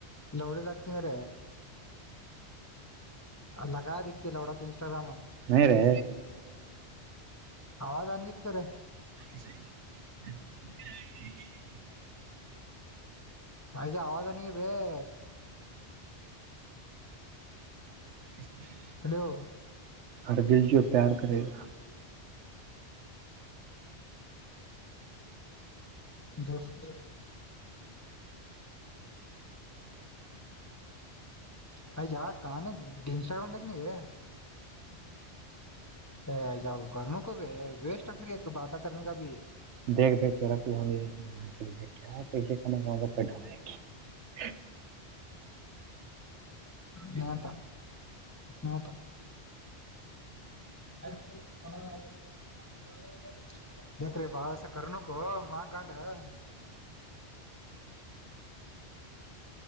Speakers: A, on the left; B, on the right.
A: ಲೌಡೆ ಲಗ್ತೇ ಹೈ ರೇ ಲಗಾ ದಿತಿ ಲೌಡಾತ ಇನ್ಸ್ಟಾಗ್ರಾಮ
B: ನಹಿ ರೇ
A: ಆವಾಜ ಆನಿತ್ತು ಕರ
B: <unintelligible>
A: ಆಯ್ಜ ಆವಾಜ ನೀ ಬಾಯೇ
B: <unintelligible>
A: ಹಲೋ
B: ಹರ್ ದಿಲ್ ಜೋ ಪ್ಯಾರ್ ಕರೆಗಾ
A: ದೋಸ್ತ್ <unintelligible> <unintelligible>
B: <inaudible>
A: ಯಹಾ ತ ನಹತ <unintelligible> <unintelligible>